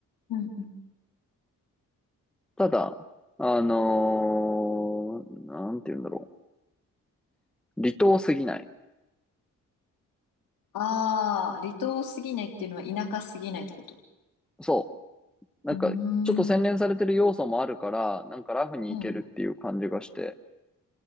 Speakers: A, on the left; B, in the centre.
A: うんうん
B: ただ、あのーなんて言うんだろう。離島すぎない。
A: あー、離島すぎないっていうのは田舎すぎないってこと
B: そう。なんか、
A: うーん、
B: ちょっと洗練されてる要素もあるから、なんかラフにいけるっていう感じがして、
A: うん